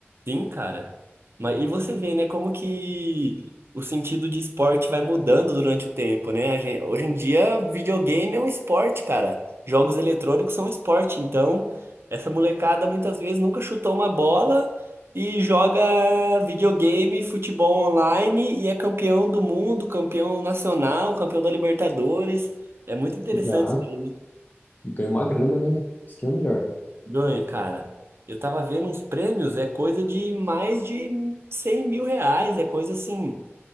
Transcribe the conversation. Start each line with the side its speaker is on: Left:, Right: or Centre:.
Right: Sim, cara. Mas e você vê, né, como que o sentido de esporte vai mudando durante o tempo, né? A gen- hoje em dia, videogame é um esporte, cara. Jogos eletrônicos são um esporte. Então, essa molecada muitas vezes nunca chutou uma bola e joga videogame, futebol online e é campeão do mundo, campeão nacional, campeão da Libertadores. É muito interessante
Left: Exato.
Right: isso aí, né?
Left: E ganha uma grana, né? Isso que é o melhor.
Right: Ganha, cara. Eu tava vendo uns prêmios, é coisa de mais de cem mil reais, é coisa assim.